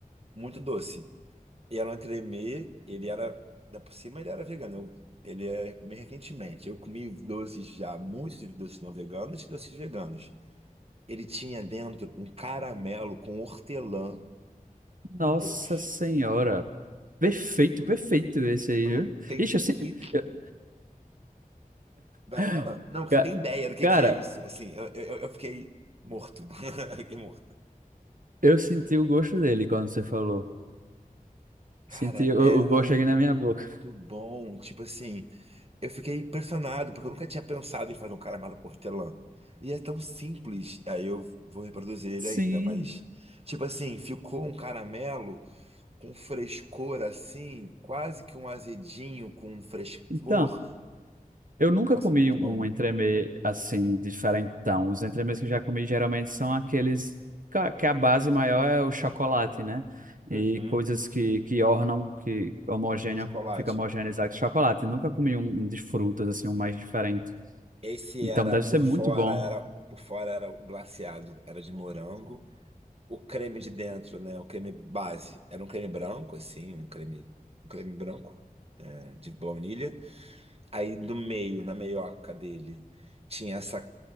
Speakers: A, on the right; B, on the right.
A: muito doce. E era um entremê, ele era. Da por cima ele era vegano. Eu- ele é, comi recentemente. Eu comi doces já, muitos de doces não veganos e doces veganos. Ele tinha dentro um caramelo com hortelã,
B: nossa
A: Matheus.
B: senhora. Perfeito,
A: Você
B: perfeito esse
A: não
B: aí, viu?
A: tem.
B: Ixi, eu senti...
A: E
B: eu-
A: vai
B: <gasps>
A: falar? Não, você
B: Ca-
A: não tem ideia do que
B: Cara,
A: que é isso. Assim, eu, eu, eu fiquei morto. <laughs> Eu Fiquei morto.
B: eu senti o gosto dele quando você falou.
A: Cara,
B: Senti o,
A: era
B: o gosto aqui
A: muito
B: na minha boca.
A: bom. Tipo assim. Eu fiquei impressionado, porque eu nunca tinha pensado em fazer um caramelo com hortelã. E é tão simples. Aí eu vou reproduzir ele
B: Sim.
A: ainda, mas. Tipo assim, ficou um caramelo com frescor assim, quase que um azedinho com um frescor.
B: Então, eu nunca
A: Nossa,
B: comi
A: é muito
B: um
A: bom.
B: entremê assim, diferentão. Os entremês que eu já comi geralmente são aqueles ca- que a base maior é o chocolate, né? E
A: Uhum.
B: coisas que, que ornam, que homogêneo,
A: Com chocolate.
B: fica homogeneizado com chocolate. Nunca comi um, um de frutas, assim, um mais diferente.
A: Esse
B: Então,
A: era
B: deve
A: por
B: ser muito
A: fora,
B: bom.
A: era por fora era o glaciado, era de morango. O creme de dentro, né? O creme base. Era um creme branco, assim, um creme, um creme branco, é, de baunilha. Aí no meio, na meioca dele, tinha essa,